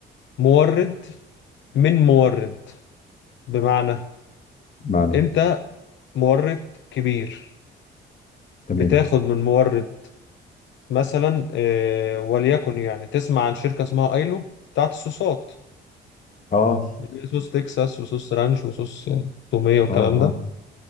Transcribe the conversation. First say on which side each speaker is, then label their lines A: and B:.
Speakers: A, on the left (about 70°); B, on the left (about 40°).
A: مورد من مورد بمعنى
B: معنى
A: أنت مورد كبير
B: تمام
A: بتاخد من مورد مثلا آه، وليكن يعني تسمع عن شركة اسمها ايلو بتاعت الصوصات
B: اه
A: اللي هي صوص تكساس وصوص رانش وصوص تومية والكلام
B: اه اه
A: ده